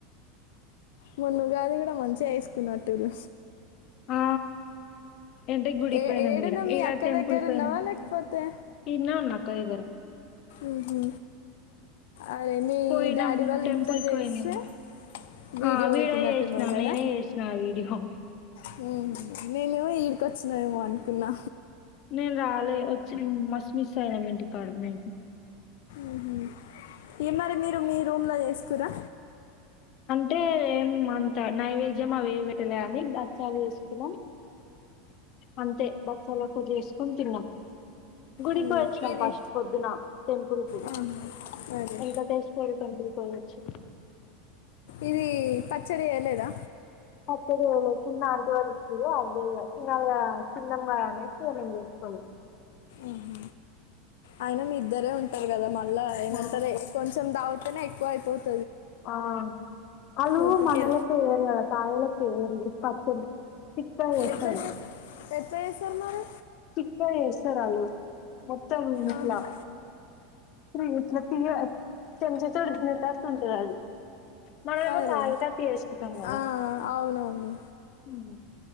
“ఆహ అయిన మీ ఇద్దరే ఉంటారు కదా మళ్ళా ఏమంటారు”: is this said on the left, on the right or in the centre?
Left